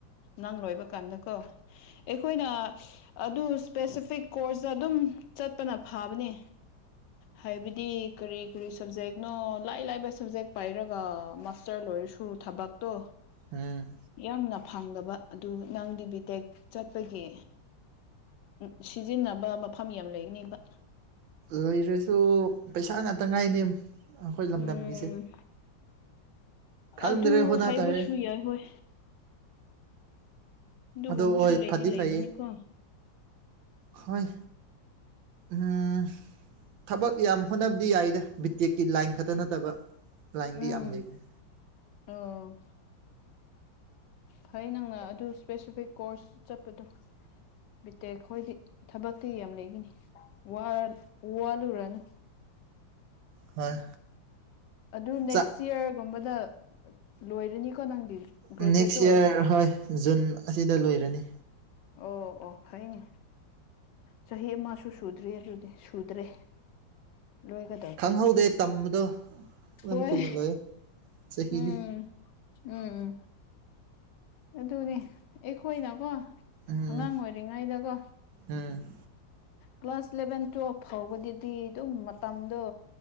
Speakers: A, on the left; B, on the right.
A: ꯅꯪ ꯂꯣꯏꯕ ꯀꯥꯟꯗꯀꯣ ꯑꯩꯈꯣꯏꯅ ꯑꯗꯨ ꯏꯁꯄꯦꯁꯤꯐꯤꯛ ꯀꯣꯔꯁꯗ ꯑꯗꯨꯝ ꯆꯠꯄꯅ ꯐꯕꯅꯦ ꯍꯥꯏꯕꯗꯤ ꯀꯔꯤ ꯀꯔꯤ ꯁꯕꯖꯦꯛꯅꯣ ꯂꯥꯏ ꯂꯥꯏꯕ ꯁꯕꯖꯦꯛ ꯄꯥꯏꯔꯒ ꯃꯥꯁꯇꯔ ꯂꯣꯏꯔꯁꯨ ꯊꯕꯛꯇꯣ
B: ꯎꯝ
A: ꯌꯥꯝꯅ ꯐꯪꯗꯕ ꯑꯗꯨ ꯅꯪꯗꯤ ꯕꯤ ꯇꯦꯛ ꯆꯠꯄꯒꯤ ꯎ ꯁꯤꯖꯤꯟꯅꯕ ꯃꯐꯝ ꯌꯥꯝ ꯂꯩꯒꯅꯤꯕ
B: ꯂꯩꯔꯁꯨ ꯄꯩꯁꯥ ꯉꯥꯛꯇ ꯉꯥꯏꯅꯦ ꯑꯩꯈꯣꯏ ꯂꯝꯗꯝꯒꯤꯁꯦ
A: ꯎꯝ
B: ꯈꯪꯗ꯭ꯔꯦ
A: ꯑꯗꯨ
B: ꯍꯣꯠꯅ
A: ꯍꯥꯏꯕꯁꯨ
B: ꯇꯥꯔꯦ
A: ꯌꯥꯏ ꯍꯣꯏ ꯑꯗꯨꯒꯨꯝꯕꯁꯨ
B: ꯑꯗꯣ ꯍꯣꯏ
A: ꯂꯩꯗꯤ
B: ꯐꯗꯤ
A: ꯂꯩꯕꯅꯤꯀꯣ
B: ꯐꯩꯌꯦ ꯍꯣꯏ ꯑꯝ ꯊꯕꯛ ꯌꯥꯝ ꯍꯣꯠꯅꯕꯗꯤ ꯌꯥꯏꯗ ꯕꯤꯇꯦꯛꯀꯤ ꯂꯥꯏꯟ ꯈꯛꯇ ꯅꯠꯇꯕ ꯂꯥꯏꯟꯗꯤ
A: ꯎꯝ
B: ꯌꯥꯝ ꯂꯩꯕꯅꯦ
A: ꯑꯣ ꯐꯩ ꯅꯪꯅ ꯑꯗꯨ ꯏꯁꯄꯦꯁꯤꯐꯤꯛ ꯀꯣꯔꯁ ꯆꯠꯄꯗꯣ ꯕꯤꯇꯦꯛ ꯈꯣꯏꯗꯤ ꯊꯕꯛꯇꯤ ꯌꯥꯝ ꯂꯩꯒꯅꯤ ꯋꯥ ꯋꯥꯂꯨꯔꯅꯨ
B: ꯍꯣꯏ
A: ꯑꯗꯨ ꯅꯦꯛꯁ
B: ꯆꯥꯛ
A: ꯌꯔꯒꯨꯝꯕꯗ ꯂꯣꯏꯔꯅꯤꯀꯣ ꯅꯪꯗꯤ ꯒ꯭ꯔꯦꯖꯨꯋꯦꯠꯇꯣ
B: ꯎꯝ ꯅꯦꯛꯁ ꯌ꯭ꯔ ꯍꯣꯏ ꯖꯨꯟ ꯑꯁꯤꯗ ꯂꯣꯏꯔꯅꯤ
A: ꯑꯣ ꯑꯣ ꯐꯩꯅꯦ ꯆꯍꯤ ꯑꯃꯁꯨ ꯁꯨꯗ꯭ꯔꯤ ꯑꯗꯨꯗꯤ ꯁꯨꯗ꯭ꯔꯦ ꯂꯣꯏꯒ
B: ꯈꯪꯍꯧꯗꯦ ꯇꯝꯕꯗꯣ ꯑꯗꯨꯝ
A: ꯍꯣꯏ
B: ꯊꯨꯅ ꯂꯣꯏ ꯆꯍꯤꯗꯤ
A: ꯎꯝ ꯎꯝ ꯎꯝ ꯑꯗꯨꯅꯦ ꯑꯩꯈꯣꯏꯅꯀꯣ
B: ꯎꯝ
A: ꯑꯉꯥꯡ ꯑꯣꯏꯔꯤ ꯉꯥꯏꯗꯒꯣ
B: ꯎꯝ
A: ꯀ꯭ꯂꯥꯁ ꯏꯂꯦꯚꯦꯟ ꯇ꯭ꯋꯦꯜꯐ ꯐꯥꯎꯕꯗꯗꯤ ꯑꯗꯨꯝ ꯃꯇꯝꯗꯣ